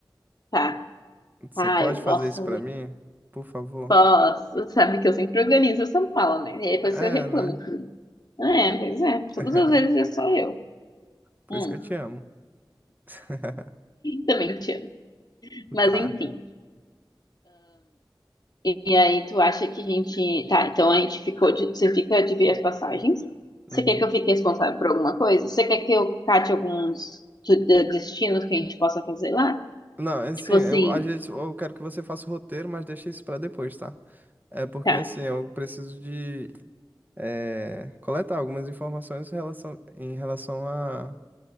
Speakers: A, on the left; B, on the right.
A: Tá,
B: Você
A: tá,
B: pode
A: eu
B: fazer
A: posso,
B: isso pra mim? Por favor?
A: posso. Sabe que eu sempre organizo essa mala, né? E aí depois
B: É,
A: eu reclamo.
B: né?
A: É, pois é. Todas
B: <laughs>
A: as vezes é só eu.
B: Por
A: Hum,
B: isso que eu te amo. <laughs>
A: também te amo. Mas
B: Tá.
A: enfim. E, e aí tu acha que a gente. Tá, então a gente ficou de. Você fica de ver as passagens. Você
B: Uhum.
A: quer que eu fique responsável por alguma coisa? Você quer que eu cate alguns de- de- destinos que a gente possa fazer lá?
B: Não, é assim,
A: Tipo
B: eu,
A: assim,
B: a gente eu quero que você faça o roteiro, mas deixa isso pra depois, tá? É porque,
A: tá.
B: assim, eu preciso de é, coletar algumas informações em relação, em relação a...